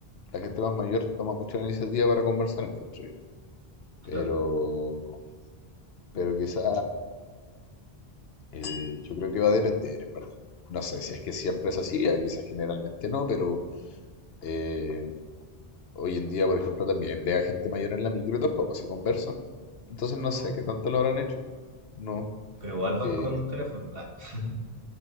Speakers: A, on the left (about 75°); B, on the right (about 65°).
A: La gente más mayor toma mucho la iniciativa para conversar, encuentro yo.
B: Claro.
A: Pero, pero quizá eh, yo creo que va a depender, en verdad. No sé si es que siempre es así, eh, quizás generalmente no, pero eh, hoy en día, por ejemplo, también ve a gente mayor en la micro y tampoco se conversan. Entonces no
B: No.
A: sé qué tanto lo habrán hecho. No.
B: Pero igual van
A: eh,
B: con teléfono. Ah. <laughs>